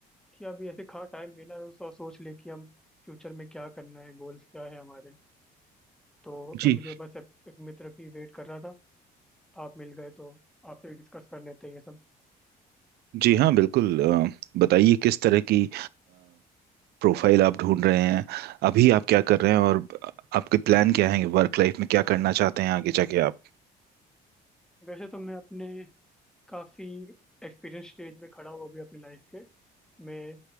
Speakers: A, in the centre; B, on the right.
A: कि अभी ऐसे खा टाइम मिला है तो सोच ले कि हम फ्यूचर में क्या करना है गोल्स क्या है हमारे तो
B: जी
A: अब मुझे बस एक, एक मित्र की वेट कर रहा था आप मिल गए तो आपसे डिस्कस कर लेते हैं ये सब
B: जी हाँ बिल्कुल अ, बताइए किस तरह की प्रोफाइल आप ढूंढ रहे हैं अभी आप क्या कर रहे हैं और आपके प्लान क्या हैं वर्क लाइफ में क्या करना चाहते हैं आगे जाके आप
A: वैसे तो मैं अपने काफ़ी एक्सपीरियंस स्टेज में खड़ा हूँ अभी अपनी लाइफ के मैं